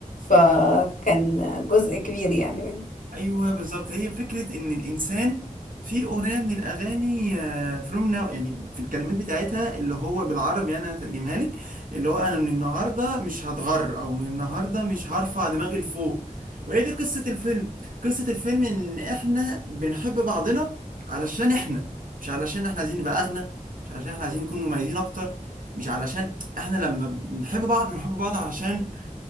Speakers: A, on the left; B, on the right.
A: فكان جزء كبير يعني منه
B: ايوه بالظبط هي فكره ان الانسان في اغنيه من الاغاني فروم ناو يعني في الكلمات بتاعتها اللي هو بالعربي يعني انا هترجمها لك اللي هو انا من النهارده مش هتغر او من النهارده مش هرفع دماغي لفوق وهي دي قصه الفيلم قصه الفيلم ان احنا بنحب بعضنا علشان احنا مش علشان احنا عايزين نبقى اغنى مش علشان احنا عايزين نكون مميزين اكتر مش علشان احنا لما بنحب بعض بنحب بعض علشان